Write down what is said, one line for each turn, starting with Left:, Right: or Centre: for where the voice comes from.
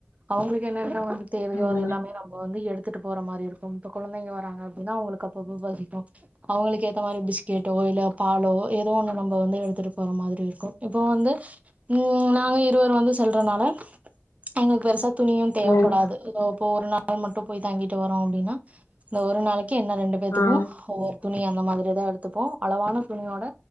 Right: அவங்களுக்கு என்ன தேவையோ
Left: ம்
Right: அது எல்லாமே நம்ம வந்து எடுத்து எடுத்துட்டு போற மாரி இருக்கும் இப்ப குழந்தைங்க வராங்கா அப்டின்னா அப்போ அப்போ பசிக்கு அவங்குளுக்கு ஏத்தா மாரி பிஸ்கேட்டோ பாலோ ஏதோ ஒண்ணு நம்ம வந்து எடுத்துட்டு போற மாதிரி இருக்கு இப்போ வந்து ம் நாங்க இருவர் வந்து செல்றதுனால எங்களுக்கு பெருசா துணியு தேவபடாது
Left: ம்
Right: இப்ப ஒரு நாள் அது மட்டு போய் தங்கிட்டு வருவோ அப்டின்னா இந்த ஒரு நாளிக்கு என்ன ரெண்டு பேர்த்துக்கு
Left: ஆ
Right: ஒவ்வொரு துணி அந்த மாரிதா எடுத்துப்போ அளவான துணியோட